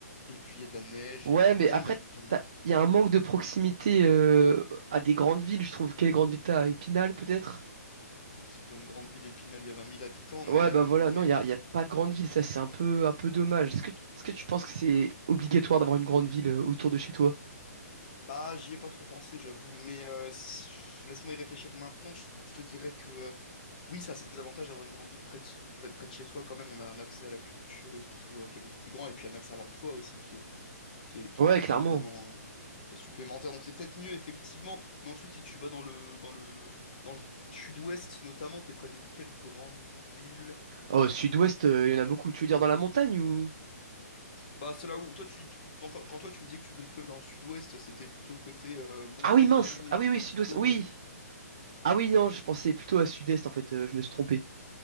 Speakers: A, on the left; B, on the right.
A: Et puis il y a de la neige.
B: Ouais,
A: Et... Enfin,
B: mais
A: j'aime
B: après,
A: bien, j'aime
B: t'as-
A: bien.
B: il y a un manque de proximité euh, à des grandes villes, je trouve. Quelle grande ville t'as? À Épinal, peut-être?
A: Oh, c'est pas une grande ville, Épinal, il y a vingt mille habitants, mais,
B: Ouais,
A: euh,
B: bah voilà,
A: mais
B: non,
A: oui.
B: il y a, il y a pas de grande ville, ça c'est un peu, un peu dommage. Est-ce que, est-ce que tu penses que c'est obligatoire d'avoir une grande ville euh, autour de chez toi?
A: Bah, j'y ai pas trop pensé, j'avoue. Mais euh, si- laisse-moi y réfléchir maintenant. Je je te dirais que euh, oui, ça a ses avantages d'avoir une grande ville près de, près, près de chez soi. Quand même, on a un accès à la culture et tout euh, qui est beaucoup plus grand. Et puis un accès à l'emploi aussi qui est, qui est, qui,
B: Ouais,
A: qui-
B: clairement.
A: qui est vraiment euh, qui est supplémentaire. Donc c'est peut-être mieux effectivement. Mais ensuite, si tu vas dans le dans le dans le sud-ouest notamment, t'es près de quelle grande ville?
B: Oh, sud-ouest, euh, il y en a beaucoup. Tu veux dire dans la montagne ou...
A: Bah c'est là où toi tu quand, quand toi tu me disais que tu voulais plutôt aller dans le sud-ouest, c'était plutôt côté euh, montagne,
B: Ah oui, mince!
A: Pyrénées et
B: Ah
A: tout,
B: oui, oui,
A: ou
B: sud-ouest,
A: plutôt
B: oui!
A: euh,
B: Ah oui, non, je pensais plutôt à sud-est, en fait, euh, je me suis trompé.